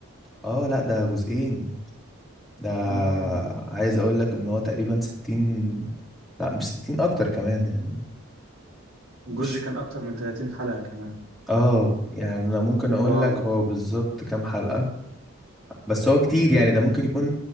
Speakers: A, in the centre; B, on the right (about 85°).
A: اه لا ده جزئين ده
B: اه
A: عايز اقول لك ان هو تقريبا ستين لا مش ستين اكتر كمان يعني
B: الجزء
A: مش
B: كان أكتر من 30 حلقة كمان
A: اه يعني انا ممكن اقول
B: واو
A: لك هو بالظبط كام حلقة بس هو كتير يعني ده ممكن يكون